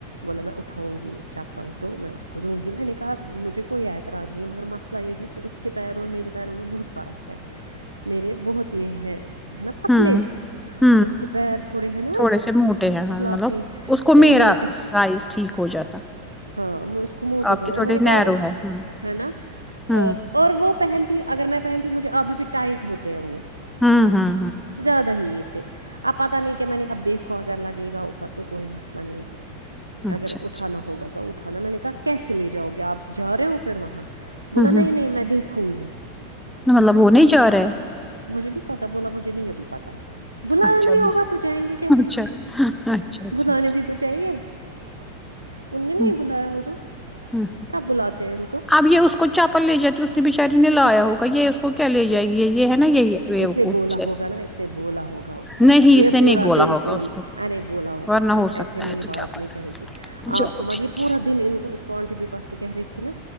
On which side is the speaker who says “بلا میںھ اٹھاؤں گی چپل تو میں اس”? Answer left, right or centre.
Right